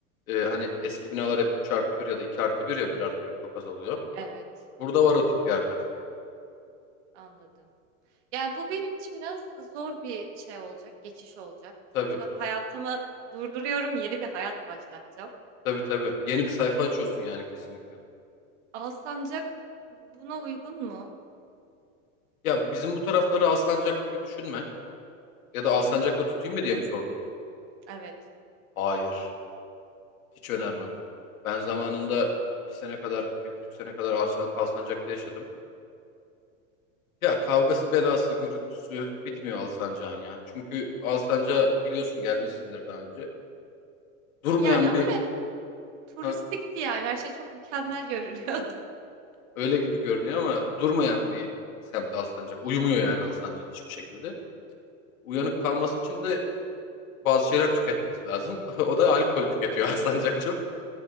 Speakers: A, on the left (about 80°); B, on the right (about 55°).
A: e, hani eski binalar hep 3 artı bir ya da 2 artı bir ya bir artı bir çok azalıyor. oluyor.
B: Evet,
A: Burada var o tip yerler.
B: anladım. Yani, bu benim için biraz zor bir şey olacak, geçiş olacak.
A: Tabii
B: Sonuçta hayatımı durduruyorum, yeni bir hayat başlatacağım.
A: tabii tabii. Yeni bir sayfa açıyorsun yani kesinlikle.
B: Alsancak buna uygun mu?
A: Ya bizim bu tarafları Alsancak gibi düşünme. Ya da Alsancak'ta
B: Hı hı.
A: tutayım mı diye mi sordun?
B: Evet.
A: Hayır. Hiç önermem.
B: Hayır mı?
A: Ben zamanında bir sene kadar, bir buçuk sene kadar Alsa- Alsancak'ta yaşadım. Ya kavgası, belası, gürültüsü bitmiyor Alsancak'ın ya. Çünkü Alsancak biliyorsun gelmişsindir daha önce. Durmayan
B: Yani ama
A: bir
B: ben turistikti
A: ha,
B: yani her şey çok mükemmel görünüyordu. <laughs>
A: Öyle gibi görünüyor ama durmayan bir semt Alsancak. Uyumuyor yani Alsancak hiçbir şekilde. Uyanık
B: Hmm.
A: kalması için de bazı şeyler tüketmesi lazım. <laughs> O da alkol tüketiyor <laughs> Alsancak çok.